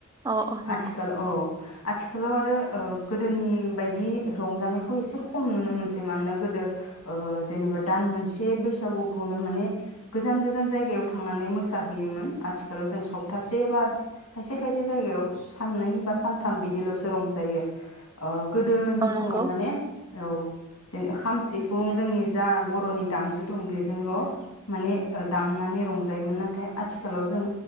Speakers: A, on the right (about 15°); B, on the left (about 85°).
A: औ औ नंगौ
B: आथिखाल औ। आथिखालाव आरो ओ गोदोनि बायदि रंजानायखौ एसे खम नुनो मोनसै मानोना गोदो ओ जेनेबा दान मोनसे बैसागुखौनो माने गोजान गोजान जायगायाव थांनानै मोसाहैयोमोन आथिखालाव जों सप्तासे बा खायसे खायसे जायगायाव साननै बा सानथाम बिदिल'सो रंजायो। ओ गोदोनि
A: औ
B: समाव
A: नंगौ
B: माने औ जेन खाम सिफुं जोंनि जा बर'नि दामजु दं बेजोंल' माने दामनानै रंजायोमोन नाथाय आथिखालाव जों